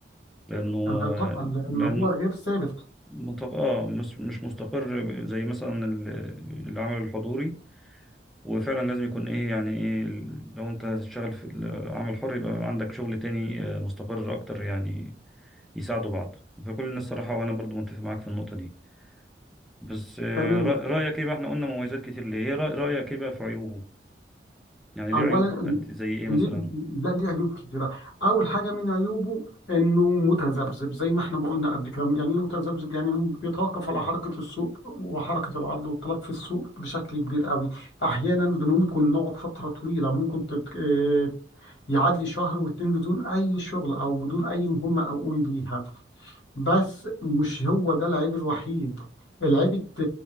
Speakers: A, in the centre; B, on the left (about 80°).
A: لانه
B: آه طبعا لان
A: لانه
B: هو غير ثابت
A: مت- اه مش مش مستقر زي مثلا ال- العمل الحضوري وفعلا لازم يكون ايه يعني ايه ال- لو انت هتشتغل في العمل الحر يبقى عندك شغل تاني آه، مستقر اكتر يعني يساعدوا بعض فكل الناس صراحه وانا برضو متفق معاك في النقطه دي بس آه،
B: تمام
A: رأ- رايك ايه بقى احنا قلنا مميزات كتير ليه ايه رأ- رايك ايه بقى في عيوبه يعني ليه
B: اولا
A: عيوب قد زي ايه
B: ليه
A: مثلا
B: لا ليه عيوب كتيره اول حاجه من عيوبه انه متذبذب زي ما احنا ما قلنا قبل كده يعني إيه متذبذب يعني بيتوقف على حركه السوق وحركه العرض والطلب في السوق بشكل كبير قوي احيانا ممكن نقعد فتره طويله ممكن تت... آه، يعدي شهر واتنين بدون اي شغل او بدون اي مهمه اقوم بيها بس مش هو ده العيب الوحيد العيب الت-